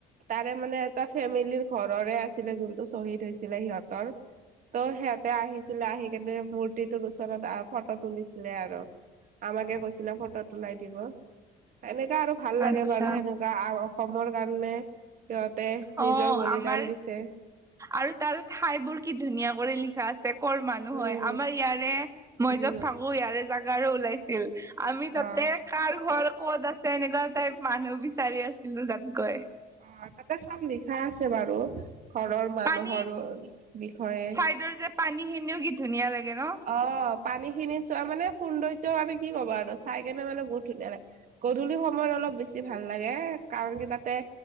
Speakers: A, on the right; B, on the right.
A: তাৰে মানে এটা ফেমিলিৰ ঘৰৰে আছিলে যোনতটো শ্বহীদ হৈছিলে সিহঁত ত' সিহঁতে আহিছিলে আহি কেনে মূৰ্তিটোৰ ওচত ফটো তুলিছিলে আৰু। আমাকে কৈছিলে ফটো তোলাই দিব। এনে আৰু ভাল লাগে
B: আচ্ছা
A: বাৰু সেনেকুৱা অসমৰ কাৰণে। সিহঁতে
B: অ
A: নিজৰ বলিদান
B: আমাৰ
A: দিছে
B: আৰু তাৰ ঠাই বোৰ কি ধুনীয়া কৰি লিখা আছে। কৰ মানুহ
A: উম
B: হয়? আমাৰ ইয়াৰে মই
A: উম
B: যত থাকো ইয়াৰে জাগাৰো ওলাইছিল। আমি তাতে
A: অ
B: কাৰ ঘৰ ক'ত আছে এনেকুৱা টাইপ মানুহ বিচাৰি আছিলো তাত গৈ।
A: অ তাতে চব লিখা আছে বাৰু। ঘৰৰ মানুহৰো
B: পানী
A: বিষয়ে।
B: চাইডৰ যে পানী খিনিও কি ধুনীয়া লাগে ন
A: অ পানী খিনি চোৱা মানে সৌন্দৰ্য মানে কি কবা আৰু চাই কেনে মানে বহুত ধুনীয়া লা গধূলি সময়ত অলপ বেছি ভাল লাগে। কাৰণ কি তাতে